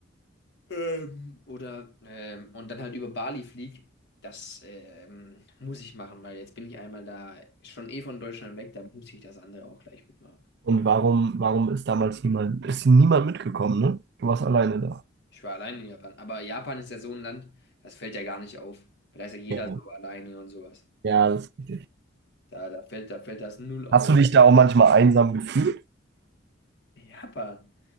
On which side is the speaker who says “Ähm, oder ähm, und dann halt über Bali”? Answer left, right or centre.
Left